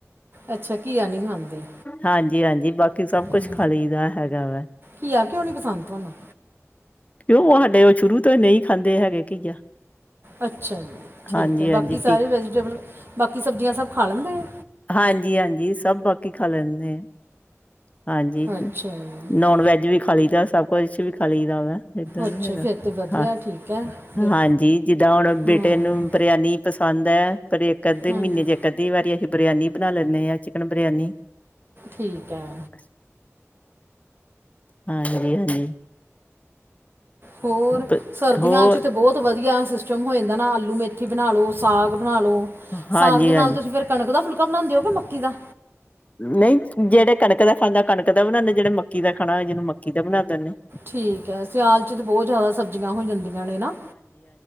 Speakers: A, on the right; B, on the left.
A: ਅੱਛਾ ਘੀਆ ਨਹੀਂ ਖਾਂਦੇ
B: ਹਾਂਜੀ ਹਾਂਜੀ ਬਾਕੀ ਸਭ
A: ਹੂੰ
B: ਕੁਛ ਖਾ ਲਈ ਦਾ ਹੈਗਾ ਵਾ।
A: ਘੀਆ ਕਿਉਂ ਨੀ ਪਸੰਦ ਤੁਹਾਨੂੰ
B: ਕਿਉਂ ਸਾਡੇ ਉਹ ਸ਼ੁਰੂ ਤੋਂ ਹੀ ਨਹੀਂ ਖਾਂਦੇ ਹੈਗੇ ਘੀਆ
A: ਅੱਛਾ ਜੀ ਠੀਕ
B: ਹਾਂਜੀ-ਹਾਂਜੀ
A: ਹੈ ਬਾਕੀ ਸਾਰੇ
B: ਪੀ
A: ਵੈਜੀਟੇਬਲ ਬਾਕੀ ਸਬਜ਼ੀਆਂ ਸਭ ਖਾ ਲੈਂਦੇ ਆ।
B: ਹਾਂਜੀ ਹਾਂਜੀ ਸਭ ਬਾਕੀ ਖਾ ਲੈਂਦੇ ਆ। ਹਾਂਜੀ
A: ਅੱਛਾ ਜੀ
B: ਨੋਨ ਵੈਜ ਵੀ ਖਾ ਲਈ ਦਾ ਸਭ ਕੁਛ ਵੀ ਖਾ ਲਈ ਦਾ ਵਾ ਦ
A: ਅੱਛਾ
B: ਨੀ ਹੈਗਾ
A: ਫਿਰ ਤਾਂ ਵਧੀਆ
B: ਹਾਂ
A: ਠੀਕ ਹੈ ਫਿਰ
B: ਹਾਂਜੀ ਜਿੱਦਾਂ ਹੁਣ ਬੇਟੇ
A: ਹਾਂ
B: ਨੂੰ ਬਰਿਆਨੀ ਪਸੰਦ ਹੈ ਪਰ ਇੱਕ ਅੱਧੇ
A: ਹਾਂਜੀ
B: ਮਹੀਨੇ ਚੇ ਇੱਕ ਅੱਧੀ ਵਾਰੀ ਅਸੀਂ ਬਰਿਆਨੀ ਬਣਾ ਲੈਂਦੇ ਹਾਂ ਚਿਕਨ ਬਰਿਆਨੀ।
A: ਠੀਕ ਹੈ।
B: <inaudible> ਹਾਂਜੀ ਹਾਂਜੀ।
A: ਹੋਰ
B: ਬ-
A: ਸਰਦੀਆਂ
B: ਹੋਰ
A: 'ਚ ਤਾਂ ਬਹੁਤ ਵਧੀਆ ਸਿਸ ਹੋ ਜਾਂਦਾ ਨਾ ਆਲੂ ਮੇਥੀ ਬਣਾ ਲਓ ਸਾਗ ਬਣਾ ਲਓ
B: ਹਾਂਜੀ-ਹਾਂਜੀ।
A: ਸਾਗ ਦੇ ਨਾਲ ਤੁਸੀਂ ਫਿਰ ਕਣਕ ਦਾ ਫੁਲਕਾ ਬਣਾਉਂਦੇ ਹੋ ਕਿ ਮੱਕੀ ਦਾ
B: ਨਹੀਂ ਜਿਹੜੇ ਕਣਕ ਦਾ ਖਾਂਦਾ ਕਣਕ ਦਾ ਬਣਾਉਂਦੇ ਜਿਹੜੇ ਮੱਕੀ ਦਾ ਖਾਣਾ ਜਿਹਨੂੰ ਮੱਕੀ ਦਾ ਬਣਾ ਦਿੰਦੇ ਨੇ।
A: ਠੀਕ ਹੈ ਸਿਆਲ 'ਚ ਤਾਂ ਬਹੁਤ ਜ਼ਿਆਦਾ ਸਬਜ਼ੀਆਂ ਹੋ ਜਾਂਦੀਆਂ ਨੇ ਨਾ